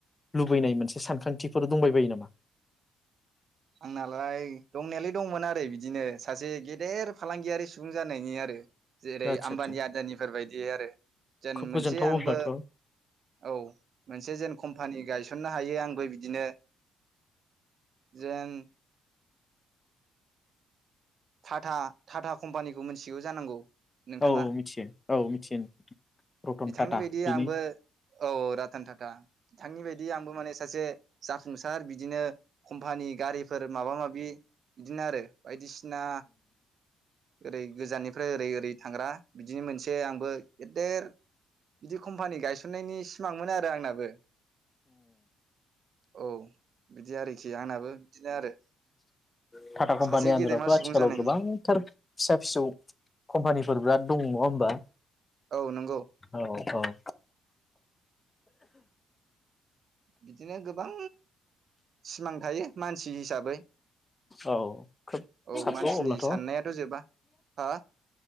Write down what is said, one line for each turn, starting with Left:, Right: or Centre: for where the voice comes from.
Left: लुबैनाय मोनसे सानखांथिफोर दंबायबायो नामा?
Right: आंनालाय दंनायालाय दंमोन आरो बिदिनो सासे गेदेर फालांगियारि सुबुं जानायनि आरो जेरै
Left: आदसा
Right: आम्बानि
Left: आदसा
Right: आदानिफोर बायदि आरो जेन
Left: खोब
Right: मोनसे
Left: गोजोनथाव
Right: आंबो
Left: अब्लाथ' ओं
Right: औ मोनसे जेन कम्पानि गायस थिसननो हायो आंबो बिदिनो जेन टाटा टाटा कम्पानिखौ मोनथिगौ जानांगौ नोंथाङा
Left: औ औ मिथियो औ मिथियो रतन
Right: बिथांनि
Left: टाटा
Right: बायदि
Left: बेनि
Right: आंबो औ रतन टाटा बिथांनि बायदि आंबो माने सासे जाफुंसार बिदिनो कम्पानि गारिफोर माबा माबि बिदिनो आरो बायदिसिना ओरै गोजाननिफ्राय ओरै ओरै थांग्रा बिदिनो मोनसे आंबो गेदेर बिदि कम्पानि गायसननायनि सिमांमोन आरो आंनाबो औ बिदि आरोखि आंनाबो बिदिनो आरो
Left: टाटा कम्पानि
Right: सासे
Left: आन्दारावथ'
Right: गेदेमा
Left: आथिखालाव
Right: सुबुं जानायनि
Left: गोबांथार फिसा फिसौ कम्पानिफोर बिराद दं नङा होमबा
Right: औ नंगौ
Left: औ औ <inaudible>
Right: बिदिनो गोबां सिमां थायो मानसि हिसाबै
Left: औ खोब
Right: औ
Left: सानथ'
Right: मानसिनि
Left: अब्लाथ'
Right: साननायाथ' जोबा हा